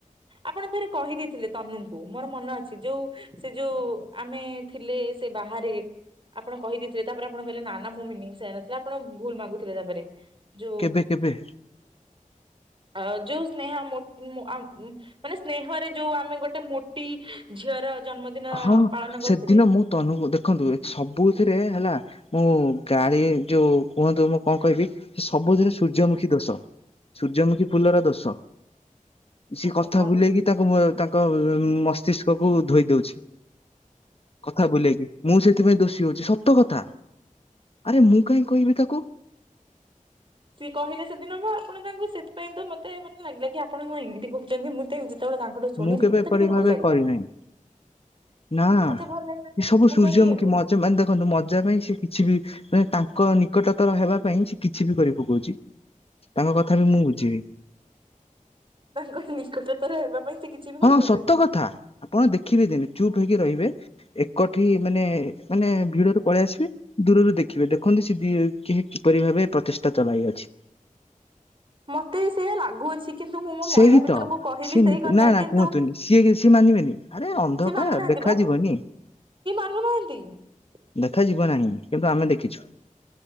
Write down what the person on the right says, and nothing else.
ଆପଣ ପରେରେ କହିଦେଇଥିଲେ ତନୁଙ୍କୁ ମୋର ମନ ଅଛି ଯୋଉ ସେ ଯୋଉ ଆମେ ଥିଲେ ସେ ବାହାରେ ଆପଣ କହିଦେଇଥିଲେ ତାପରେ ଆପଣ କହିଲେ ନା ନା ମୁଁ ମିନିଂ ଯାଇନଥିଲା ଆପଣ ଭୁଲ ମାଗୁଥିଲେ ତାପରେ ଯୋଉ
<inaudible> ଯୋଉ ସ୍ନେ <unintelligible> ମାନେ ସ୍ନେହରେ ଯୋଉ ଆମେ ଗୋଟେ ମୋଟି ଝିଅର ଜନ୍ମଦିନ
ପାଳନ କରୁଥିଲେ
ଆଜ୍ଞା
କଣ
କରୁଛନ୍ତି?
ସିଏ କହିଲେ ସେଦିନ ବା ଆପଣ ତାଙ୍କୁ ସେଥିପାଇଁ ତ ମତେ ମାନେ ଲାଗିଲା କି ଆପଣ କ ଏମିତି କହୁଛନ୍ତି ମୁଁ ତ ଯେତେବେଳେ ତାଙ୍କଠୁ ଶୁଣିଲି
ମତେ
ଟିକେ
ଭଲ ଲାଗିଲାନି
ମତେ
ଭଲ ଲାଗିଲାନି
ମୁଁ
କହିଲି ଏମିତି
ତାଙ୍କ ନିକଟଥର ହେବା ପାଇଁ ସେ କିଛି ବି କରିଦଉଛନ୍ତି
ମତେ ସେଇୟା ଲାଗୁଅଛି। କିନ୍ତୁ, ମୁଁ ମୋ
ମହିଳା ମିତ୍ରଙ୍କୁ
କହିଲି
ସେଇ କଥା
କି
ସେ ମାନୁନାହାନ୍ତି
ବା <unintelligible>